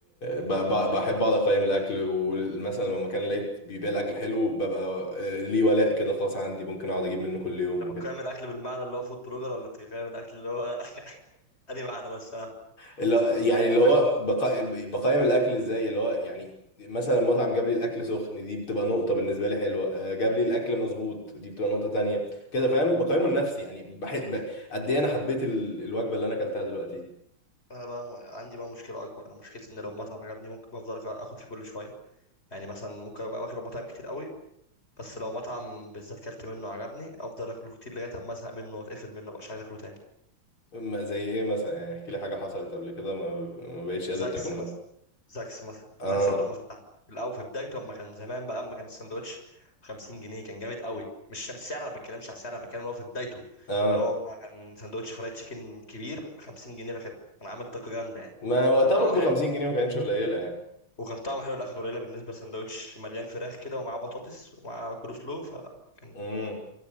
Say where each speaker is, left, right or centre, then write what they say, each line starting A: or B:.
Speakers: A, on the left; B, on the left.
A: ب- ب- بحب اقعد اقيم الاكل ومثلا لو مكان لقيت بيبيع الاكل حلو ببقى آه، ليه ولاء كده خاص عندي ممكن اقعد اجيب منه كل يوم
B: انت
A: وكده
B: بتقيم الاكل بالمعنى اللي هو فود بلوجر ولا بتقيم الاكل اللي هو <laughs> انهي معنى بس انا
A: اللي يعني اللي هو بقا... بقيم الاكل ازاي اللي هو يعني مثلا المطعم جاب لي الاكل سخن دي بتبقى نقطه بالنسبه لي حلوه آه، جاب لي الاكل
B: مم.
A: مظبوط دي بتبقى نقطه تانية كده فاهم بقيمه لنفسي يعني بح... ب... قد ايه انا حبيت ال... الوجبه اللي انا اكلتها دلوقتي
B: انا بقى م... عندي بقى مشكله اكبر انا مشكلتي ان لو مطعم عجبني ممكن بفضل أك- اكل فيه كل شويه يعني مثلا ممكن ابقى واكل مطاعم كتير قوي بس لو مطعم بالذات كلت منه عجبني افضل اكله كتير لغايه اما ازهق منه واتقفل منه مبقاش عايز اكله تاني
A: ما زي ايه مثلا يعني احكي لي حاجه حصلت قبل كده ما, ما بقتش قادر
B: زاكس
A: تاكل منها
B: مثلا زاكس مثلا
A: اه
B: زاكس اول لما فتح في الاول في بدايته اما كان زمان بقى اما كان الساندوتش ب 50 جنيه كان جامد قوي مش عشان السعر انا ما بتكلمش على السعر انا بتكلم اللي هو في بدايته
A: اه
B: اللي هو اما كان ساندوتش فرايد تشيكن كبير ب 50 جنيه فكان كان عامل ضجه جامده يعني
A: ما وقتها
B: كان طعمه
A: برضو
B: حلو
A: 50 جنيه ما كانتش قليله يعني
B: وكان طعمه حلو الاخر قليله بالنسبه لساندوتش مليان فراخ كده ومعاه بطاطس ومعاه كول سلو فلا كان
A: امم